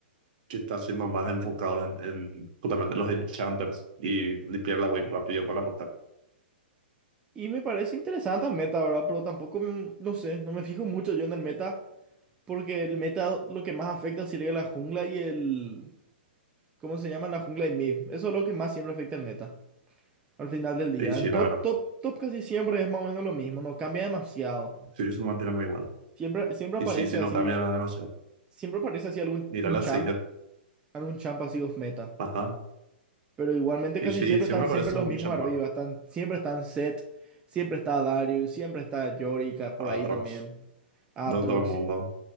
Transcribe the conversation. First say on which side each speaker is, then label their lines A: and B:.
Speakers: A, on the right; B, on the right.
A: que está siendo más enfocado en, en justamente los enchanters y limpiar la wave rápido para rotar.
B: Y me parece interesante el meta ahora, pero tampoco, mm, no sé, no me fijo mucho yo en el meta, porque el meta lo que más afecta sería la jungla y el... ¿Cómo se llama? La jungla y mid. Eso es lo que más siempre afecta el meta, al final del día.
A: Sí, sí,
B: En
A: la
B: top,
A: verdad.
B: top, top casi siempre es más o menos lo mismo, no cambia demasiado.
A: Sí, eso mantiene muy igual.
B: Siempre, siempre
A: Y
B: aparece
A: sí, sí,
B: así,
A: no también me da demasiado.
B: siempre aparece así algún
A: Mira
B: un
A: la
B: champ,
A: signet.
B: algún champ así off meta.
A: Ajá.
B: Pero igualmente
A: Y
B: casi
A: sí,
B: siempre
A: siempre
B: están siempre
A: parece
B: los
A: un
B: mismos
A: champán.
B: arriba. Están, siempre están Set, siempre está Darius, siempre está Yorica por ahí
A: Atrox.
B: también. Aatrox,
A: Doctor Mundo.
B: si-